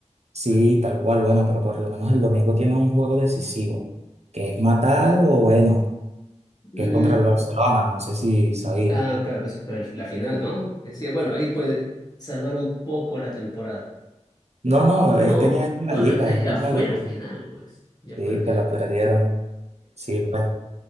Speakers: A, on the right (about 60°); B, on the left (about 30°).
A: Sí, tal cual, bueno, pero por lo menos el domingo tiene un juego decisivo, que es matar o bueno,
B: Mm,
A: que es contra el Barcelona, no sé si sabías.
B: ah, claro, pues, para el- la final, ¿no? Decía, bueno, ahí puede salvar un poco la temporada.
A: No, no,
B: Ah,
A: este
B: no,
A: ya es en
B: no
A: la liga,
B: es la final.
A: este
B: Ya
A: es
B: fue
A: la liga,
B: la final, pues. Ya
A: sí,
B: fue la final.
A: que la perdieron. Sí, pues.